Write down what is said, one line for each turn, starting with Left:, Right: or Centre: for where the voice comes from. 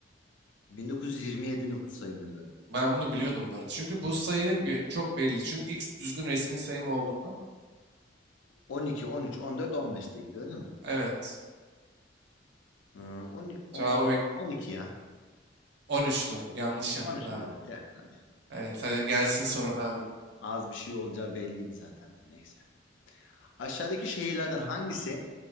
Left: hmm, 1927 nüfus sayımına göre.
Right: Ben bunu biliyordum bu arada. Çünkü bu sayı bir- çok belli. Çünkü X düzgün resmi sayım olduğundan.
Left: 12, 13, 14, 15 diye gidiyor değil mi?
Right: Evet.
Left: Ee, 10, 10,
Right: Cevabı bek
Left: 12 ya.
Right: 13'tü. Yanlış yaptın
Left: 13
Right: abi.
Left: müydü? Ya, hadi.
Right: Evet hadi gelsin
Left: ya.
Right: sorun abi.
Left: Az bir şey olacağı belliydi zaten de neyse. Aşağıdaki şehirlerden hangisi